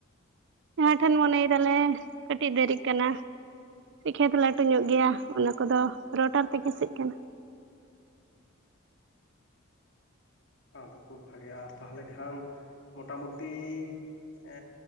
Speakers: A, on the right; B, on the left.
A: ᱡᱟᱦᱟᱸ ᱴᱷᱮᱱ ᱢᱚᱱᱮᱭ ᱫᱟᱞᱮ ᱠᱟᱹᱴᱤᱡ ᱫᱮᱨᱤᱜ ᱠᱟᱱᱟ ᱠᱷᱮᱛ ᱞᱟᱹᱴᱩ ᱧᱚᱜ ᱜᱮᱭᱟ ᱚᱱᱟ ᱠᱚᱫᱚ ᱨᱚᱴᱟᱨ ᱛᱮᱜᱮ ᱥᱤᱜ ᱠᱟᱱᱟ
B: ᱟᱫᱚ ᱠᱷᱩᱵ ᱵᱷᱟᱜᱮ ᱟᱨ ᱛᱟᱦᱚᱞᱮ ᱠᱷᱟᱱ ᱢᱚᱴᱟᱢᱩᱴᱤ ᱮ